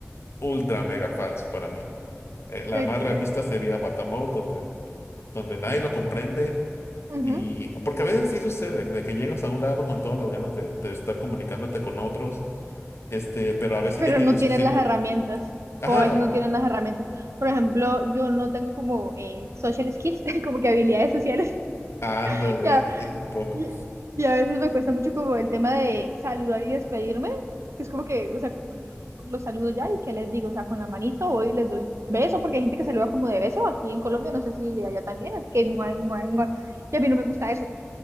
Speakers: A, on the left (about 65°); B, on the right (about 75°).
A: ultra mega falso para mí. Eh, la
B: ok,
A: más realista sería Watamote, donde, donde nadie lo comprende.
B: ujú.
A: Y porque a veces sí sucede, de que llegas a un lado con todas las ganas de, de estar comunicándote con otros Este, pero a veces
B: Pero
A: ya tienen
B: no
A: su
B: tienes
A: círculo.
B: las herramientas,
A: Ah,
B: o a veces no tienen las herramientas. Por ejemplo, yo no tengo como eh, social skills, <laughs> como que habilidades sociales. <laughs>
A: ándale,
B: Ya,
A: yo tampoco.
B: y, y a veces me cuesta mucho como el tema de saludar y despedirme. Es como que, o sea, los saludo ya y qué les digo, o sea, con la manito voy y les doy beso, porque hay gente que se saluda como de beso aquí en Colombia, no sé si allá también, así que guay, guay, guay. Y a mí no me gusta eso.